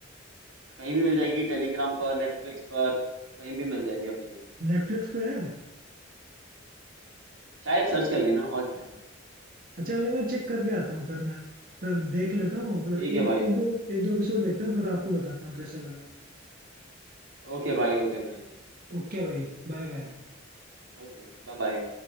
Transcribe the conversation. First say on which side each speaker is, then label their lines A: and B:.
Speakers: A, on the right (about 85°); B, on the right (about 45°).
A: कहीं भी मिल जाएगी टेलीग्राम पर नेटफ्लिक्स पर कहीं भी मिल जाएगी अब तो ये
B: नेटफ्लिक्स पे है
A: शायद सर्च कर लेना और क्या है
B: अच्छा भाई मैं चेक करके आता हूँ फिर मैं फिर देख लेता हूँ फिर
A: ठीक
B: एक
A: है भाई
B: एक दो एक दो एपिसोड देखता हूँ फिर आपको बताता हूँ कैसा लगा
A: ओके भाई ओके भाई
B: ओके भाई बाय बाय
A: Okay bye bye